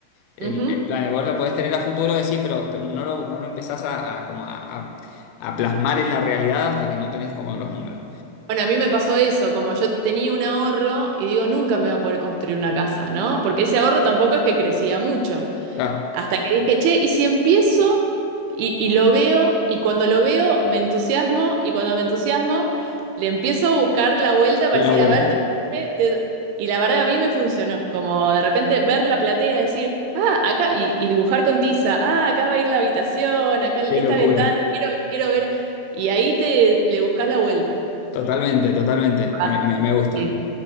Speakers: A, on the left (about 85°); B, on the right (about 80°).
A: El,
B: Ujú.
A: el plan, vos lo podés tener a futuro, decís, pero, pero no lo, no lo empezás a, a como a, a- a plasmar en la realidad hasta que no tenés como los números.
B: Bueno, a mí me pasó eso, como yo tenía un ahorro y digo, nunca me voy a poder construir una casa, ¿no? Porque ese ahorro tampoco es que crecía mucho.
A: Claro,
B: Hasta que dije, che, ¿y si empiezo y, y lo veo? Y cuando lo veo, me entusiasmo y cuando me entusiasmo, le empiezo a buscar la vuelta para
A: la
B: decir,
A: vuelta.
B: a ver, de- de- de- y la verdad a mí me funcionó, como de repente ver la platea, decir, ah, acá, y, y dibujar con tiza, ah, acá va a ir la habitación, acá esta
A: Qué locura.
B: ventana, quiero, quiero ver. Y ahí te le buscas la vuelta.
A: Totalmente, totalmente, me,
B: Ah,
A: me- me gusta.
B: sí,